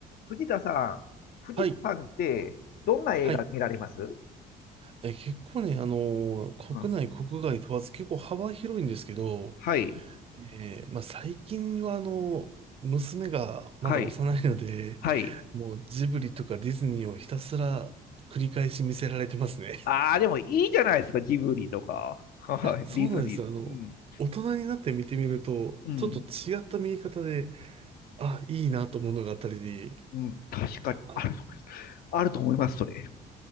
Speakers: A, on the left; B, on the right.
A: 藤田さん、藤田さんって、
B: はい。
A: どんな映画見られます
B: はい。え、結構ね、あのー国内、
A: うん。
B: 国外問わず結構幅広いんですけど、
A: はい、
B: えーまあ、最近はあの、娘がまだ幼いので、
A: はい、はい。
B: もうジブリとかディズニーをひたすら繰り返し見せられてますね。
A: ああ、でもいいじゃないですか、ジブリとか、はいディズニー。
B: いや、そうなんですよ。あの、
A: うん、
B: 大人になって見てみると、
A: うん、
B: ちょっと違った見え方で、あ、いいなと思うのがあったり、
A: うん、確かにあると思います。
B: あ、
A: あると思います、それ。